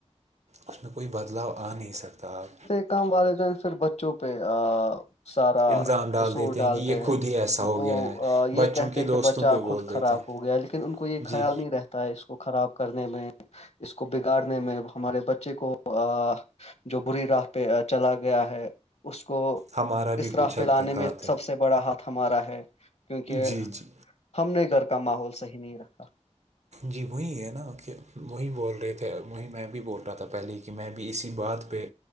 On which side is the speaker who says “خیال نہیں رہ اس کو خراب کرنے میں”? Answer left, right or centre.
Left